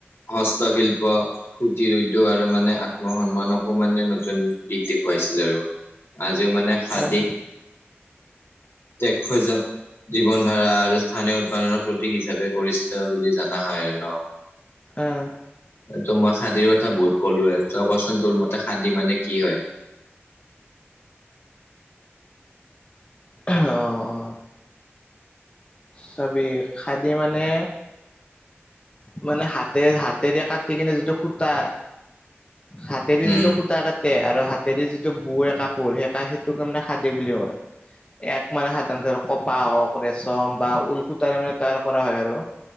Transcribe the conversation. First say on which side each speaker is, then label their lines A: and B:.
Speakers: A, on the left; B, on the left.
A: হস্তশিল্প কুটিৰ উদ্যোগ আৰু মানে আত্ম সন্মানকো মানে নতুন দিশ দেখুৱাইছিল আৰু। আজিও মানে খাদী
B: আহ
A: তেক খুইজাও। <unintelligible> জীৱন ধাৰা আৰু স্থানীয় উৎপাদনৰ প্ৰতীক হিচাপে পৰিচিত বুলি জানা হয় আৰু ন? <inaudible>
B: আহ
A: ত' মই খাদীৰ কথা বহুত ক'লোয়ে, তই কচোন তোৰ মতে খাদী মানে কি হয়?
B: অহ অ অ। চাবি খাদী মানে মানে হাতেৰে হাতেদি কাটি কিনে যিটো সূতা, হাতেদি
A: উম,
B: যিটো সুতা কাট তে আৰু হাতেৰে যিটো বৱে কাপোৰ, সেই সেইটোৰ কাৰনে খাদী বুলি ক'য়। এক মানে সাধাৰণতে কপাহ হওঁক চম বা ওলসুতাৰে মানে তৈয়াৰ কৰা হয় আৰু,